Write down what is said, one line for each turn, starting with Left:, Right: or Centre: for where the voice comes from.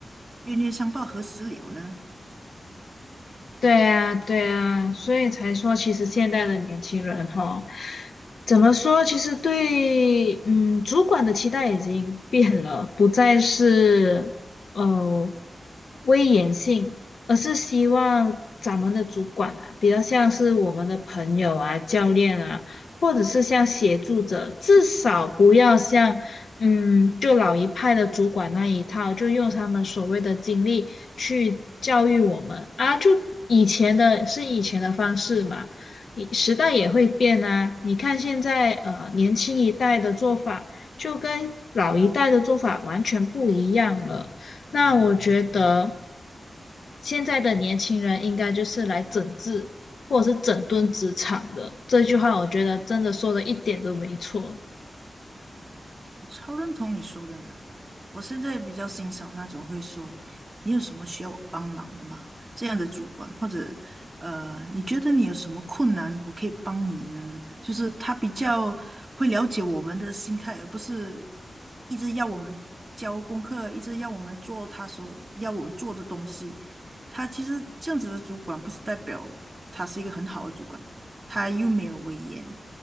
Right: 冤冤相报何时了呢？
Left: 对呀，对呀，所以才说，其实现在的年轻人哈，怎么说？其实对，嗯，主管的期待已经变了，不再是呃威严性，而是希望咱们的主管啊，比较像是我们的朋友啊、教练啊，或者是像协助者，至少不要像嗯，就老一派的主管那一套，就用他们所谓的经历去教育我们啊，就以前的是以前的方式嘛，以时代也会变啊。你看现在呃年轻一代的做法，就跟老一代的做法完全不一样了。那我觉得现在的年轻人应该就是来整治或者是整顿职场的，这句话我觉得真的说的一点都没错。
Right: 我超认同你说的呢，我现在比较欣赏那种会说“你有什么需要我帮忙的吗”这样的主管，或者呃，你觉得你有什么困难，我可以帮你呢？就是他比较会了解我们的心态，而不是一直要我们交功课，一直要我们做他所要我们做的东西。他其实这样子的主管，不是代表他是一个很好的主管，他又没有威严。